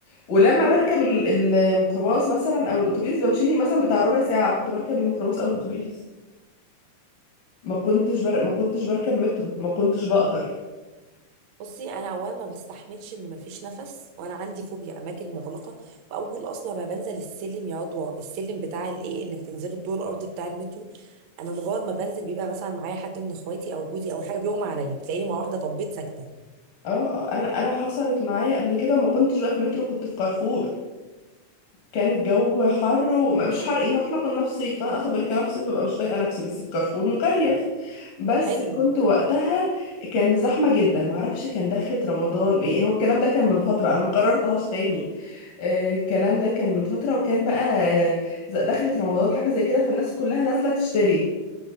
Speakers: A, on the left; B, on the right.
A: ولما بركب ال- الميكروباص مثلا او الاتوبيس بمشي لي مثلا بتاع ربع ساعه كنت بركب الميكروباص او الاتوبيس ما كنتش بر... ما كنتش بركب مترو ما كنتش بقدر
B: <laughs> بصي انا اولا ما بستحملش ان مفيش نفس وانا عندي فوبيا اماكن مغلقه واول اصلا ما بنزل السلم يا عضوة السلم بتاع الايه انك تنزلي الدور الارضي بتاع المترو انا مجرد ما بنزل بيبقى مثلا معايا حد من اخواتي او جوزي او حاجه بيغمى عليا تلاقيني مره واحده طبيت ساكته
A: اه اه انا انا حصلت معايا قبل كده وما كنتش بقى في مترو كنت في كارفور كان الجو حر ومش حر يعني احنا كنا في صيف فانا اصلا بقولك انا في صيف ببقى مش طايقه نفسي بس في كارفور مكيف بس
B: حلو
A: كنت وقتها كان زحمه جدا معرفش كان دخلة رمضان يعني هو الكلام ده كان من فتره انا ما قررتهاش تاني آه، الكلام ده كان من فتره وكان بقى آه، ز- دخلة رمضان حاجه زي كده فالناس كلها نازله تشتري